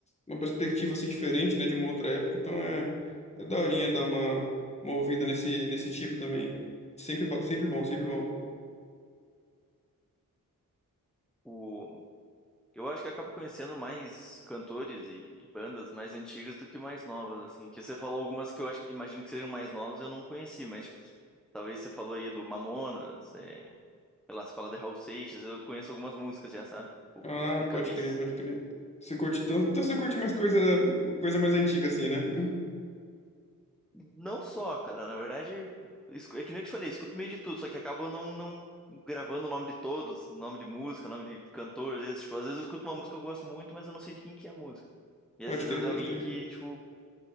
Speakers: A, on the left; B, in the centre.
A: uma perspectiva assim diferente, né, de uma outra época, então é é daorinha dar uma uma ouvida nesse nesse tipo também. Sempre bo- sempre bom, sempre bom.
B: O, eu acho que eu acabo conhecendo mais cantores e, e bandas mais antigas do que mais novas, assim. Que você falou algumas que eu acho, imagino que sejam mais novas, eu não conheci, mas tipo, talvez você falou aí do Mamonas, é, sei lá, você fala de Raul Seixas, eu conheço algumas músicas já, sabe? Tipo,
A: Ah,
B: de cabeça.
A: pode crer, pode crer. Você curte então, então você curte mais coisa coisa mais antiga assim, né? <laughs>
B: Não só, cara. Na verdade, escu- é que nem eu te falei, escuto meio de tudo, só que acabo não, não gravando o nome de todos, nome de música, nome de cantor, às vezes, tipo, às vezes eu escuto uma música que eu gosto muito, mas eu não sei de quem que é a música. E
A: Pode
B: às vezes
A: crer,
B: é de
A: pode
B: alguém
A: crer.
B: que, tipo,